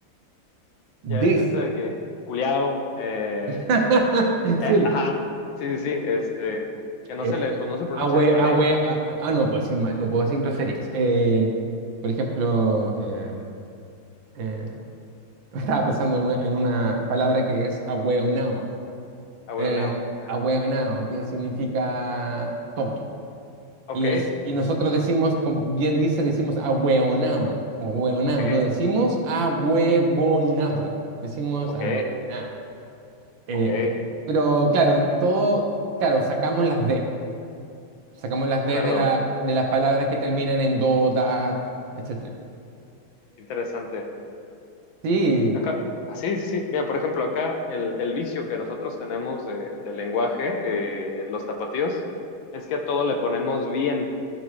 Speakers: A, on the right (about 65°); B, on the left (about 70°).
A: des.
B: Ya es esto de que culiao, eh,
A: <laughs>
B: eh,
A: Sí,
B: ajá, sí, sí, sí, este, que no
A: El
B: se le, pues no se pronuncia
A: ahue,
B: esta
A: ahue,
B: d,
A: ah, ah, ah, no puedo decir, ma- no puedo decir groserías. Eh, por ejemplo, eh, eh, <laughs> estaba pensando en una, en una palabra que es ahueonao.
B: ahueonao,
A: Eh,
B: ajá.
A: ahueonao, que significa tonto.
B: Ok,
A: Y, es, y nosotros decimos, como bien dice, decimos ahueonao o hueonao.
B: ok,
A: No decimos ahuevonado, decimos
B: ok,
A: ahueonao. Eh,
B: ok, de
A: en fin. Pero claro, todo, claro, sacamos las D. Sacamos las
B: acuerdo,
A: D de, la- de las palabras que terminan en do, da, etc.
B: interesante.
A: sí,
B: Acá, ah, sí, sí, sí. Mira, por ejemplo, acá el, el vicio que nosotros tenemos de, del lenguaje, eh, los tapatíos, es que a todo le ponemos bien